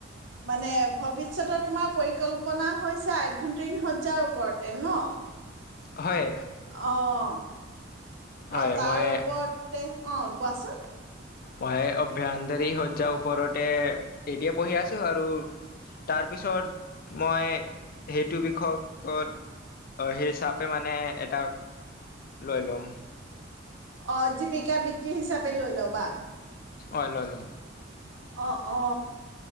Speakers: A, on the right (about 80°); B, on the left (about 50°).
A: মানে ভৱিষ্যতৰ তোমাৰ পৰিকল্পনা হৈছে আভ্যন্তৰীণ শজ্জাৰ ওপৰতে ন
B: হয়
A: আহ
B: হয়
A: অ তাৰ
B: মই
A: ওপৰত অ কোৱাচোন
B: মই অভ্যন্তৰী শজ্জাৰ ওপৰতে এদিয়ে পঢ়ি আছোঁ আৰু তাৰপিছত মই সেইটো বিষয়কত সেই হিচাপে মানে এটা লৈ ল'ম
A: অ জীৱিকা বৃত্তি হিচাপে লৈ ল'বা
B: অ ল ল'
A: অহ অ।